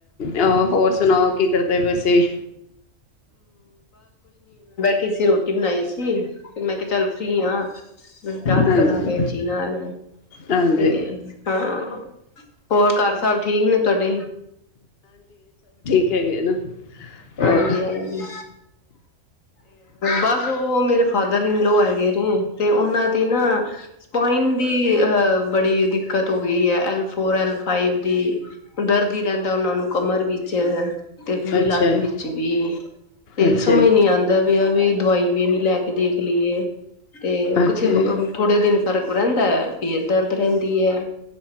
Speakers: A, on the left; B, on the left.
A: ਔ, ਹੋਰ ਸੁਣਾਓ ਕੀ ਕਰਦੇ ਪਏ ਸੀ।
B: ਕਿਸੀ ਹੋਰ ਹੁਣ ਆਈ ਸੀ, ਮੈਂ ਕਿਹਾ ਚੱਲ ਫ੍ਰੀ ਆਂ, ਗੱਲ
A: ਹਾਂਜੀ,
B: ਕਰਾਂ ਭੈਣ ਜੀ ਨਾਲ,
A: ਹਾਂਜੀ।
B: ਤੇ ਹਾਂ, ਹੋਰ ਘਰ ਸਬ ਠੀਕ ਨੇ ਤੁਹਾਡੇ।
A: ਕਿਥੇ ਗਏ ਨ ਹੋਰ
B: ਹਾਂਜੀ ਹਾਂਜੀ ਬਸ ਔ ਮੇਰੇ ਫਾਦਰ ਇਨ ਲਾ ਹੈਗੇ ਨੇ, ਤੇ ਉਹਨਾਂ ਦੀ ਨਾ ਸਪਾਈਨ ਦੀ ਅਹ ਬੜੀ ਦਿੱਕਤ ਹੋ ਗਈ ਹੈ, ਐਲ ਫੋਰ ਐਲ ਸਪਾਇਨ ਦੀ ਦਰਦ ਹੀ ਰਹਿੰਦਾ ਉਹਨਾਂ ਨੂੰ ਕਮਰ ਵਿੱਚ, ਤੇ ਪੂਰੀ
A: ਅੱਛਾ
B: ਲਾਤ
A: ਜੀ,
B: ਜਿਵੇੰ ਤੇ
A: ਅੱਛਾ
B: ਸਮਝ
A: ਜੀ,
B: ਨੀ ਆਉਂਦਾ ਪਯਾ, ਵੀ ਦਵਾਈ ਵੀ ਇਹ ਨੇ ਲੈ ਕੇ ਦੇਖ ਲਈ ਏ, ਤੇ
A: ਅੱਛਾ
B: ਕਿੱਥੇ
A: ਜੀ,
B: ਥੋੜੇ ਦਿਨ ਫ਼ਰਕ ਕੁ ਰਹਿੰਦਾ ਫੇਰ ਦਰਦ ਰਹਿੰਦਾ ਕੀ ਹੈ